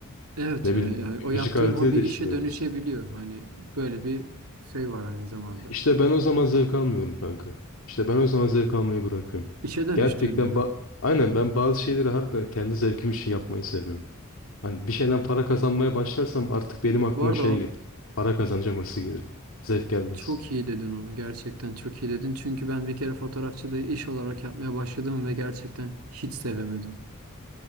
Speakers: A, on the right; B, on the left.
A: Evet
B: Ne
A: yani
B: bileyim
A: yani o
B: müzik
A: yaptığın
B: aletiyle
A: hobi
B: de
A: işe
B: çalabilirsin.
A: dönüşebiliyor hani böyle bir şey var aynı zamanda.
B: İşte ben o zaman zevk almıyorum kanka. İşte ben o zaman zevk almayı bırakıyorum.
A: İşe dönüştüğünde
B: Gerçekten
A: mi?
B: ba- aynen ben bazı şeyleri harbiden kendi zevkim için yapmayı seviyorum. Hani bir şeyden para kazanmaya başlarsam artık benim aklıma
A: Bu arada
B: şey
A: o-
B: gelir. Para kazanacağım hırsı gelir. Zevk gelmez.
A: çok iyi dedin onu gerçekten çok iyi dedin çünkü ben bir kere fotoğrafçılığı iş olarak yapmaya başladım ve gerçekten hiç sevemedim.